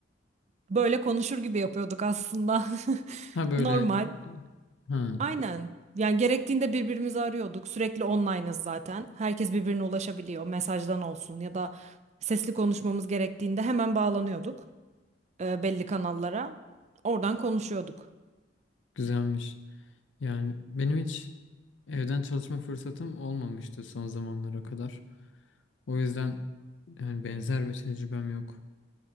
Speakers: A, on the right (about 40°); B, on the left (about 85°).
A: böyle konuşur gibi yapıyorduk aslında. <laughs>
B: Ha böyle
A: Normal.
B: ha
A: Aynen. Yani gerektiğinde birbirimizi arıyorduk. Sürekli online'ız zaten. Herkes birbirine ulaşabiliyor. Mesajdan olsun ya da sesli konuşmamız gerektiğinde hemen bağlanıyorduk e, belli kanallara. Oradan konuşuyorduk.
B: güzelmiş. Yani benim hiç evden çalışma fırsatım olmamıştı son zamanlara kadar. O yüzden yani benzer bir tecrübem yok.